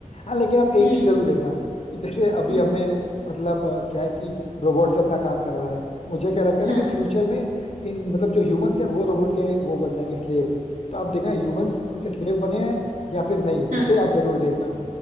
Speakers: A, on the left (about 55°); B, on the right (about 75°).
A: हाँ लेकिन आप एक
B: हम्म हम्म
A: चीज जरूर देखना कि जैसे अभी
B: हम्म,
A: हमने मतलब अ, क्या है कि रोबोट से अपना काम करवा रहे हैं मुझे क्या लगता है ना
B: हाँ
A: कि फ्यूचर में इन मतलब जो ह्यूमंस हैं वो रोबोट के वो बन जाएंगे स्लेव तो आप देखना ह्यूमंस उनके स्लेव बने हैं या फिर नहीं
B: हाँ
A: ये आप जरूर देखना